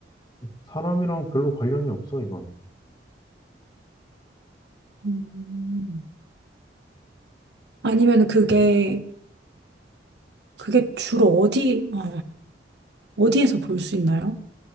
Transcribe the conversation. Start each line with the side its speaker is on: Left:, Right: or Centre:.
Left: 사람이랑 별로 관련이 없어, 이건.
Right: 음, 아니면 그게, 그게 주로 어디, 어, 어디에서 볼 수 있나요?